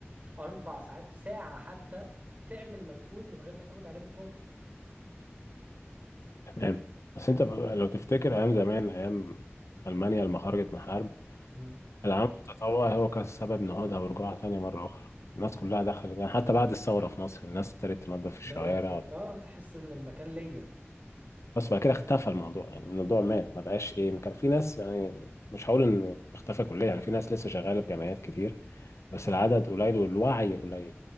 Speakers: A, on the right; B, on the left.
A: أربع ساعات ساعة حتى تعمل مجهود من غير ما تاخد عليه مقابل
B: تمام بس انت بقى لو تفتكر ايام زمان ايام المانيا لما خرجت من حرب
A: مم.
B: العمل التطوعي هو كان سبب نهوضها ورجوعها تاني مره اخرى الناس كلها دخلت يعني حتى بعد الثوره في مصر الناس ابتدت تنظف الشوارع
A: بدأت
B: وبت-
A: آه تحس إن المكان ليا
B: بس بعد كده اختفى الموضوع يعني الموضوع مات ما بقاش ايه كان في ناس يعني مش هقول انه اختفى كليا يعني في ناس لسه شغاله في جمعيات كتير بس
A: مم.
B: العدد قليل والوعي قليل